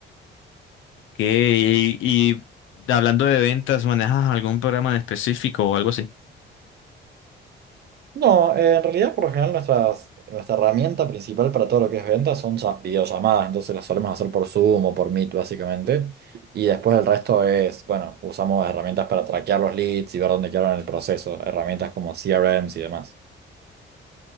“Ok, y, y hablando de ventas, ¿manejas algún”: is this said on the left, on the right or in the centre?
Left